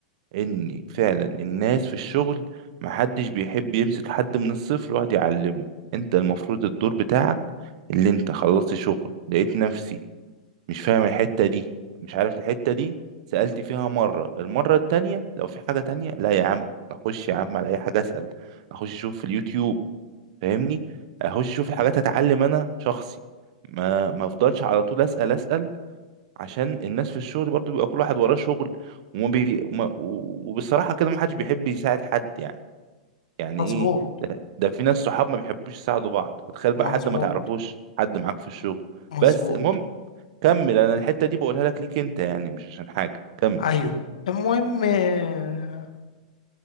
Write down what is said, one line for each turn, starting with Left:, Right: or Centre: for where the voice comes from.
Right: ان فعلا الناس في الشغل محدش بيحب يمسك حد من الصفر ويقعد يعلمه انت المفروض الدور بتاعك اللي انت خلصت شغل لقيت نفسي مش فاهم الحتة دي مش عارف الحتة دي سألت فيها مرة المرة التانية لو في حاجة تانية لا يا عم أخش يا عم على أي حاجة أسأل أخش أشوف في اليوتيوب فاهمني أخش أشوف الحاجات أتعلم أنا شخصي ما ما أفضلش على طول أسأل أسأل عشان الناس في الشغل برضو بيبقى كل واحد وراه شغل وما بي... وما... وبصراحة كده ما حدش بيحب يساعد حد يعني يعني
Left: مظبوط
Right: إيه ده, ده في ناس صحاب ما بيحبوش يساعدوا بعض فتخيل
Left: مظبوط
Right: بقى حد ما تعرفوش حد معاك في الشغل
Left: مظبوط
Right: بس المهم كمل انا الحتة دي بقولها لك ليك انت يعني مش عشان حاجة كمل
Left: ايوه المهم آه،